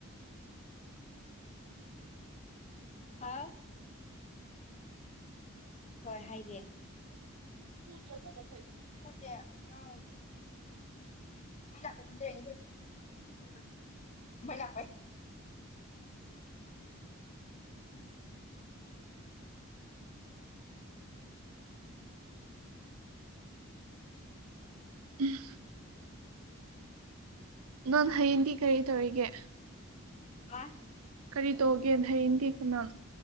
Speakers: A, on the left; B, on the right.
A: ꯍꯥꯎ ꯍꯣꯏ ꯍꯥꯏꯗꯦ
B: ꯀꯨꯜꯗꯣ ꯑꯃꯗꯣ ꯐꯩꯗ꯫
A: <unintelligible> ꯃꯩ ꯂꯥꯛꯄꯩ ꯀꯨꯝꯗꯔꯛꯏꯅꯤ ꯏꯕꯦꯝꯃ ꯃꯩ ꯃꯨꯠꯄꯥꯅꯤ ꯃꯩ ꯂꯥꯛꯄꯩ
B: ꯎꯝ ꯅꯥꯟ ꯍꯌꯦꯡꯗꯤ ꯀꯔꯤ ꯇꯧꯔꯤꯒꯦ꯫
A: ꯍꯥ
B: ꯀꯔꯤ ꯇꯧꯒꯦ ꯍꯌꯦꯡꯗꯤ ꯀꯨꯅꯥꯝ